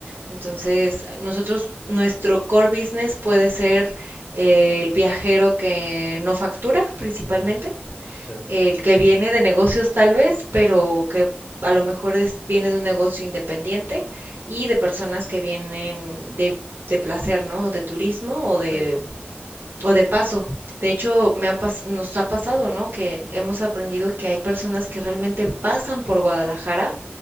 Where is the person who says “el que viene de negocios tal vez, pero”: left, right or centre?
Right